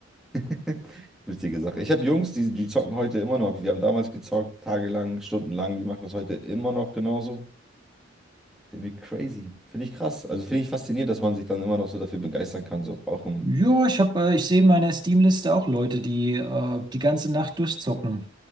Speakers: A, in the centre; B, on the right (about 25°).
A: <laughs> witzige Sache. Ich habe Jungs, die, die zocken heute immer noch. Wir haben damals gezockt, tagelang, stundenlang. Die machen das heute immer noch genauso. Irgendwie crazy. Finde ich krass. Also finde ich faszinierend, dass man sich dann immer noch so dafür begeistern kann. So auch im.
B: Ja, ich habe, äh, ich sehe in meiner Steam-Liste auch Leute, die äh, die ganze Nacht durchzocken.